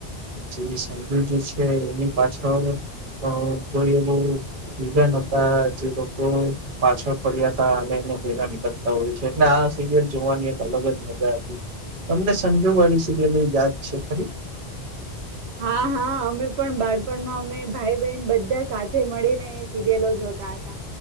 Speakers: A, on the right; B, on the right.
A: જેવી સા જે છે એની પાછળ અ કોઈ એવું વિધન હતા જે લોકો પાછળ પડ્યા હતા અને એ હેરાની કરતા હોય છે એટલે આ સરયલ જોવાની એક અલગ જ મજા હતી તમને સંજો વાળી સિરયલ યાદ છે ખરી?
B: હા હા અમે પણ બાળપણમાં અમે ભાઈ બહેન બધા સાથે મળીને એ સિરિયલો જોતા હતા.